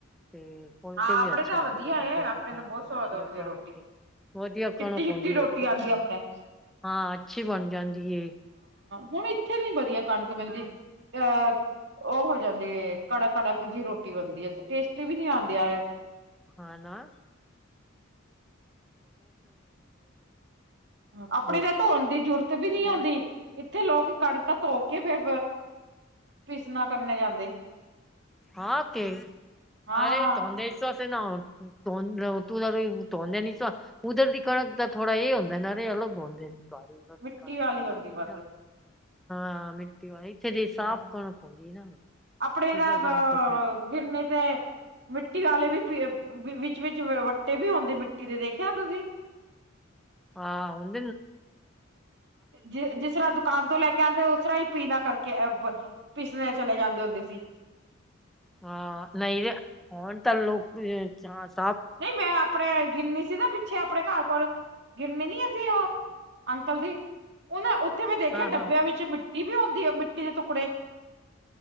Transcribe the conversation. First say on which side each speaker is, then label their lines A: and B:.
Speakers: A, in the centre; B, on the right.
A: ਤੇ ਫੁਲਕੇ
B: ਹਾਂ
A: ਵੀ
B: ਆਪਣੇ
A: ਅੱਛੇ
B: ਤਾਂ
A: ਬਣਦੇ
B: ਵਧੀਆ
A: ਨੇ
B: ਏ,
A: ਇੱਧਰ
B: ਆਪਣੇ
A: ਦੀ ਕਣਕ
B: ਤਾਂ ਬਹੁਤ
A: ਦੇ,
B: ਸਵਾਦ
A: ਵਦੀਆ
B: ਹੁੰਦੀ
A: ਕਣਕ
B: ਰੋਟੀ
A: ਏ। ਵਧੀਆ
B: ਚਿੱਟੀ
A: ਕਣਕ
B: ਚਿੱਟੀ
A: ਹੋਂਦੀ
B: ਰੋਟੀ
A: ਏ ਅੱਛੀ
B: ਆਉਂਦੀ
A: ਤਰਾ ਬਣ‌,
B: ਆਪਣੇ
A: ਹਾਂ ਅੱਛੀ ਬਨ ਜਾਂਦੀ ਏ।
B: ਹੁਨ ਇੱਥੇ ਨੀ ਵਦੀਆ ਕਣਕ ਮਿਲਦੀ ਅ ਓ ਹੋ ਜਾਂਦੀ ਏ ਕੜਕ-ਕੜਕ ਜਿ ਰੋਟੀ ਬਨਦੀ ਏ, ਟੇਸਟੀ ਵੀ ਨੀ ਆਂਦੀ <inaudible>
A: ਹਾਂ, ਨਾ
B: ਹੂੰ ਆਪਣੀ
A: ਉਹ
B: ਤਾਂ ਧੋਣ ਦੀ ਜੂਰਤ ਵੀ ਨੀ
A: ਹੁਣ
B: ਹੂੰਦੀ। ਇੱਥੇ ਲੋਕ ਕਣਕ ਤੌਕੇ, ਫੇਰ ਪੀਸਨਾ ਕਰਨੇ ਜਾਂਦੇ।
A: ਹਾਂ, ਤੇ
B: ਹਾਂ
A: ਅਰੇ ਤੋਂਦੇ ਇਸ ਵਾਸੇ ਨਾ ਹੋਨ <unintelligible> ਉਧਰ ਦੀ ਕਣਕ ਦਾ ਥੋੜਾ ਏ ਹੁੰਦੇ ਨਾ ਰੇ ਅਲੱਗ ਹੋਂਦੇ। ਤਹਾਡੇ ਉਧਰ ਦੀ
B: ਮਿੱਟੀ
A: ਕਣਕ
B: ਵਾਲੀ
A: ਪੰਜਾਬ
B: ਹੁੰਦੀ ਵੱਧ
A: ਦੀ ਨਾ, ਹਾਂ, ਮਿਟ ਇੱਥੇ ਦੀ ਸਾਫ਼
B: ਹੂੰ
A: ਕਣਕ ਹੁੰਦੀ ਏ ਨਾ,
B: ਆਪਣੇ
A: ਇਸ
B: ਤਾਂ
A: ਵਾਸਤੇ ਮਤਲਬ ਫੇਰ
B: <unintelligible> ਮਿੱਟੀ ਆਲੇ ਵੀ ਵਿੱਚ-ਵਿੱਚ ਵੱਟੇ ਵੀ ਹੋਂਦੇ ਮਿੱਟੀ ਦੇ, ਦੇਖਯਾ ਤੁਸੀ?
A: ਹਾਂ, ਹੁੰਨ
B: ਜੇ ਜਿਸ ਤਰਾ ਦੁਕਾਨ ਤੋਂ ਲੈਕੇ ਆਂਦੇ ਓ, ਉਸ ਤਰਾਂ ਈਂ ਪੀਨਾ ਕਰਕੇ, ਪਿਸਨੇ ਚਲੇ ਜਾਂਦੇ ਹੁੰਦੇ ਸੀ।
A: ਹਾਂ, ਨਈ ਰੇ ਹੋਨ ਤਾ ਲੋਕ ਚਾਂਸ
B: ਨਈ ਮੈਂ ਆਪਣੇ ਗਿਰਨੀ ਸੀ ਨਾ, ਪਿੱਛੇ ਆਪਣੇ ਘਰ ਕੋਲ ਗਿਰਨੀ ਨੀ ਐ ਸੀ ਓ ਅੰਕਲ ਦੀ ਓਨਾ ਉੱਥੇ ਮੈਂ ਦੇਖਿਆ,
A: ਹਾਂ
B: ਡੱਬਿਆਂ
A: ਹਾਂ
B: ਵਿੱਚ ਮਿੱਟੀ ਵੀ ਹੋਂਦੀ ਐ, ਮਿੱਟੀ ਦੇ ਟੁਕੜੇ